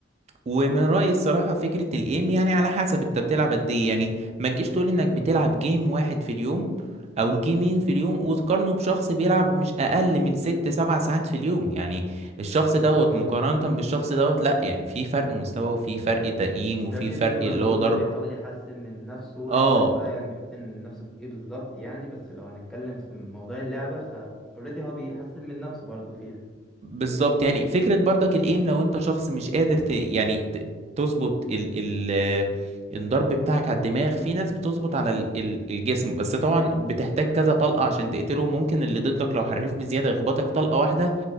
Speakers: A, on the right; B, in the centre.
A: ومن رأيي الصراحة فكرة الايم يعني على حسب انت بتلعب قد ايه يعني ما تجيش تقول انك بتلعب جيم واحد في اليوم او جيمين في اليوم وتقارنه بشخص بيلعب مش اقل من ست سبع ساعات في اليوم يعني الشخص
B: بالظبط
A: دوت
B: اه
A: مقارنة بالشخص دوت لا يعني في فرق مستوى وفي فرق تقييم
B: ده
A: وفي
B: بيبذل
A: فرق
B: مجهود
A: اللي هو ضرب
B: ده بيحاول يحسن من نفسه
A: اه
B: ايا كان بقى يعني بيحسن من نفسه في ايه بالظبط يعني بس لو هنتكلم في موضوع اللعبة ف اوريدي هو بيحسن من نفسه برضه فيها
A: بالظبط يعني فكرة برضك الايم لو انت شخص مش قادر ت... يعني ت... تظبط ال... ال... الضرب بتاعك على الدماغ في ناس بتظبط على ال... ال- الجسم بس طبعا بتحتاج كذا طلقة عشان تقتله ممكن اللي ضدك لو حريف بزيادة يخبطك طلقة واحدة